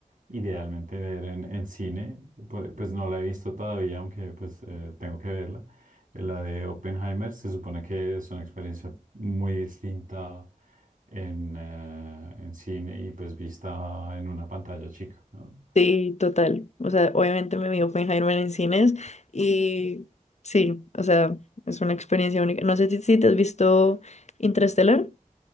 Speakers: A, on the right; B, on the left.
A: idealmente ver en, en cine, por- pues no la he visto todavía, aunque pues eh, tengo que verla. La de Oppenheimer se supone que es una experiencia muy distinta en, eh, en cine y pues vista en una pantalla chica, ¿no?
B: Sí, total. O sea, obviamente me vi Oppenheimer en cines y sí, o sea, es una experiencia única. No sé si, si te has visto Interstellar.